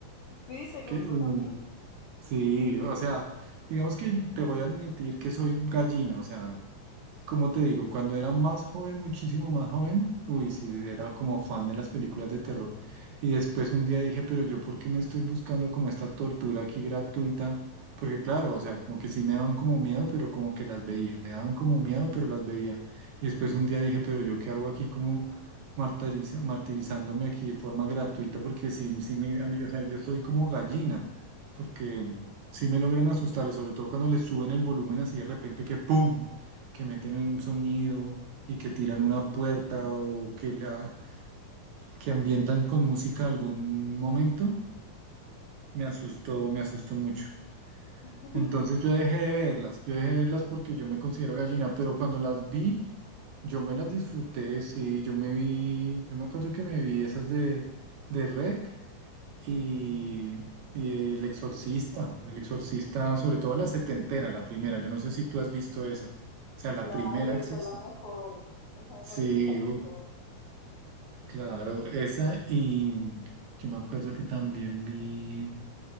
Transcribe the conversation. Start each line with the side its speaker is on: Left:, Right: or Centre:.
Left: sí,
Right: Así
Left: ¿te gusta
Right: que, uy,
Left: también?
Right: en- sí, o sea, digamos que te voy a admitir que soy gallina, o sea, como te digo, cuando era más joven, muchísimo más joven, uy, sí, era como fan de las películas de terror. Y después un día dije, pero yo, ¿por qué me estoy buscando como esta tortura aquí gratuita? Porque claro, o sea, como que sí me daban como miedo, pero como que las veía. Me daban como miedo, pero las veía. Y después un día dije, pero yo, ¿qué hago aquí como martiriza- martirizándome aquí de forma gratuita? Porque sí, sí, me, a mí, o sea, yo soy como gallina, porque sí me logran asustar, sobre todo cuando les suben el volumen así de repente que ¡pum! que meten en un sonido y que tiran
Left: Sí.
Right: una puerta o que la que ambientan con música algún momento, me asustó, me asustó mucho.
Left: <laughs>
Right: Entonces yo dejé de verlas, yo dejé de verlas porque yo me considero gallina, pero cuando las vi, yo me las disfruté, sí, yo me vi, yo me acuerdo que me vi esas de, de REC y, y El Exorcista, El Exorcista, sobre todo la setentera, la primera, yo no sé si tú has visto esa, o sea, la
Left: Claro,
Right: primera Exorcista.
Left: esa es la mejor, esa me
Right: Sí,
Left: parece que es la mejor.
Right: Claro, esa y mm, yo me acuerdo que también vi,